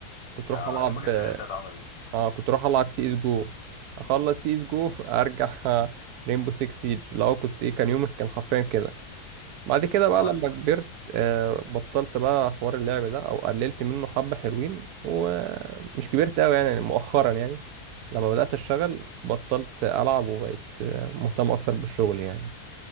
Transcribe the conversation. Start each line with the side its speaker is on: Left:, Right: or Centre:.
Right: كنت
Left: اه
Right: اروح العب
Left: اللي ما كانتش لسه اتعملت
Right: اه كنت اروح العب سي
Left: مم.
Right: اس جو اخلص سي اس جو <laughs> ارجع رينبو 6 سيج لو كنت ايه كان يومك كان حرفيا كده بعد كده بقى
Left: هو
Right: لما كبرت آه، بطلت بقى حوار اللعب ده او قللت منه حبة حلوين ومش كبرت قوي يعني مؤخرا يعني لما بدأت اشتغل بطلت العب وبقيت آه، مهتم اكتر بالشغل يعني